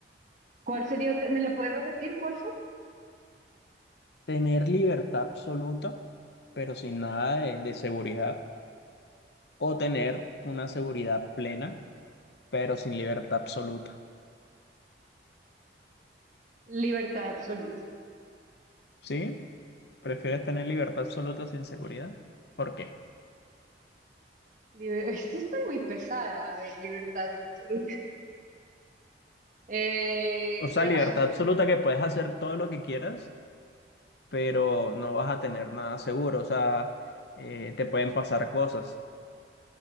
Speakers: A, on the right; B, on the left.
A: ¿cuál sería otra? ¿Me la puedes repetir, por favor?
B: Tener libertad absoluta, pero sin nada de de seguridad o tener una seguridad plena, pero sin libertad absoluta.
A: Libertad absoluta.
B: ¿Sí? ¿Prefieres tener libertad absoluta sin seguridad? ¿Por qué?
A: Liber- <laughs> Esto está muy pesada. A ver, libertad absoluta. Eh,
B: O sea,
A: creo,
B: libertad
A: ah,
B: absoluta que puedes hacer todo lo que quieras, pero no vas a tener nada seguro. O sea, eh, te pueden pasar cosas.